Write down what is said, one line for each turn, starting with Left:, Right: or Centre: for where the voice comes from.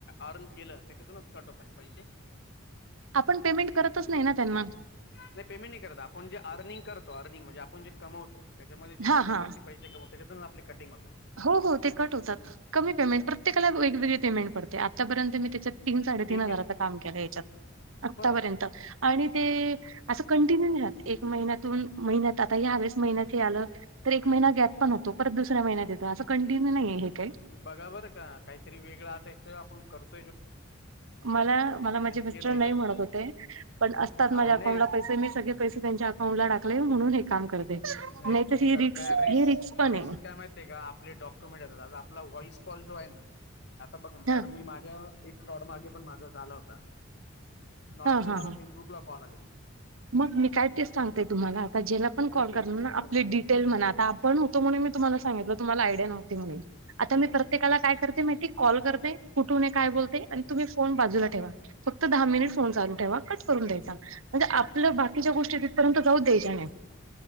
Left: अर्न केलं त्याच्यातूनच कट होता का पैसे?
Right: आपण पेमेंट करतच नाही ना त्यांना
Left: नाही पेमेंट नाही करत, आपण जे अर्निंग करतो अर्निंग म्हणजे आपण जे कमवतो त्याच्यामध्ये जे
Right: हा
Left: कॉलिंग
Right: हा
Left: वरती पैसे कमावतो त्याच्यातुनच आपली कटिंग होतात
Right: हो हो ते कट होतात कमी पेमेंट प्रत्येकाला वेगवेगळी पेमेंट पडते आत्तापर्यंत मी त्याच्यात तीन साडेतीन
Left: ठीक
Right: हजाराच
Left: आहे ना
Right: काम केलं याच्यात आतापर्यंत
Left: बरं
Right: आणि ते असं कंटिन्यू नाही राहत एक महिन्यातून महिन्यात आता ह्यावेळेस महिन्यात हे आलं तर एक महिना गॅप पण होतो परत दुसऱ्या महिन्यात यत असं कंटिन्यू नाही हे ते
Left: तुम्ही बघा बर का काहीतरी वेगळा असायचं आपण करतो
Right: मला, मला माझे मिस्टर
Left: केलं आहे
Right: नाही म्हणत होते पण असतात माझ्या
Left: अहो
Right: अकाउंटला
Left: नाही
Right: पैसे मी सगळे पैसे त्यांच्या अकाउंट ला टाकले म्हणून हे काम करते
Left: नाही तुम्ही
Right: तर ही
Left: करताय
Right: रिक्स
Left: रिस्क
Right: ही रिक्स पण
Left: रिस्क काय माहिती आहे का आपले डॉक्युमेंट येतात आता आपला व्हॉइस कॉल जो आहे ना आता बघा
Right: हा
Left: कारण मी माझ्या एक फ्रॉड मागे पण माझा झाला होता नॉर्मल
Right: हा हा.
Left: मला फेसबुक ला कॉल आलेला
Right: मग मी काय तेच सांगतेय तुम्हाला आता ज्याला पण कॉल
Left: जस्ट
Right: करणार
Left: एक्झाम
Right: ना
Left: त्याच्यामुळे
Right: आपले डिटेल म्हणा
Left: हम्म,
Right: आता पण होतो म्हणून मी तुम्हाला सांगितलं तुम्हाला आयडिया नव्हती म्हणून आता
Left: हम्म,
Right: मी प्रत्येकाला
Left: हम्म.
Right: काय करते माहिती कॉल करते कुठून आहे काय बोलते आणि तुम्ही फोन बाजूला ठेवा फक्त दहा मिनिट फोन चालू ठेवा कट करून द्यायचा म्हणजे आपल बाकीच्या गोष्टी तिथपर्यंत जाऊच द्यायच्या नाहीं